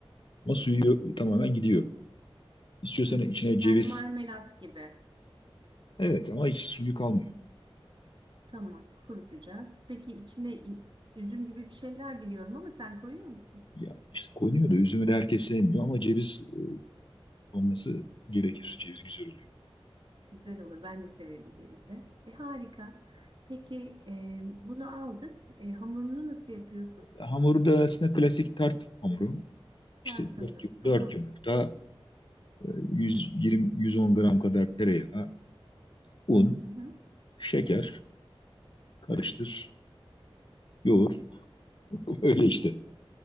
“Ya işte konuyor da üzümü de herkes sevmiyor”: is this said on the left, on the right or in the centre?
Left